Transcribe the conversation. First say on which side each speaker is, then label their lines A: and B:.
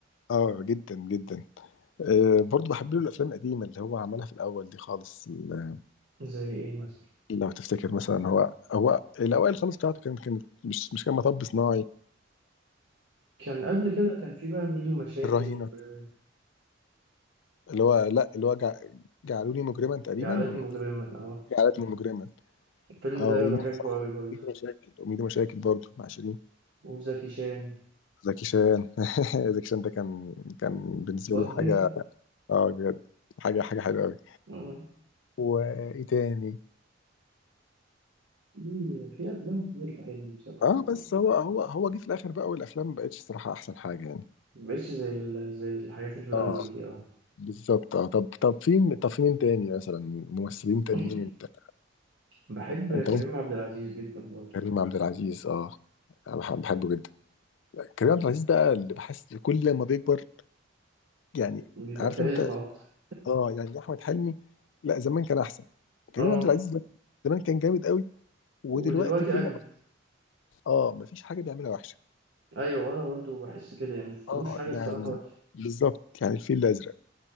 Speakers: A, on the left; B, on the right.
A: اه جدا جدا آه برضه بحب له الافلام القديمه اللي هو عملها في الاول دي خالص ال-
B: زي إيه مثلا
A: لو تفتكر مثلا هو هو الاوائل خالص بتاعته كانت كانت مش مش كان مطب صناعي
B: كان قبل كده كان في بقى ميدو مشاكل
A: والرهينه
B: و-
A: اللي هو لا اللي هو جع... جعلوني مجرما تقريبا
B: جعلتني مجرما اه
A: جعلتني مجرما
B: الفيلم
A: اه
B: ده
A: وميدو
B: بحبه أوي برضه
A: مشاكل وميدو مشاكل برضه مع شيرين
B: وزكي شان
A: زكي شان <laughs> زكي شان ده كان كان بالنسبة
B: فظيع
A: لي حاجة اه بجد حاجة حاجة حلوة أوي
B: آه.
A: وإيه تاني؟
B: في في أفلام كتير حلوة بصراحة
A: اه
B: يعني
A: بس هو هو هو جه في الآخر بقى والأفلام ما بقتش صراحة أحسن حاجة يعني
B: مبقتش زي ال- زي الحاجات اللي في الأول
A: اه
B: دي اه
A: بالظبط اه طب طب في طب في مين تاني مثلا ممثلين تانيين
B: <clears throat>
A: انت
B: بحب
A: انت
B: كريم
A: ممكن
B: عبد العزيز جدا برضه
A: كريم عبد العزيز اه أنا بح- بحبه جدا كريم عبد العزيز بقى اللي بحس كل لما بيكبر يعني
B: بيبقى
A: عارف
B: كاريزما
A: انت
B: أكتر
A: اه يعني احمد حلمي لا زمان كان احسن كريم
B: اه
A: عبد العزيز زمان كان جامد قوي ودلوقتي
B: ودلوقتي
A: كل
B: أجمل
A: اه مفيش حاجه بيعملها وحشه
B: أيوة وأنا برضه بحس كده يعني مشفتلوش
A: اه
B: حاجة
A: يعني
B: الصراحة وحشة
A: بالظبط يعني الفيل الازرق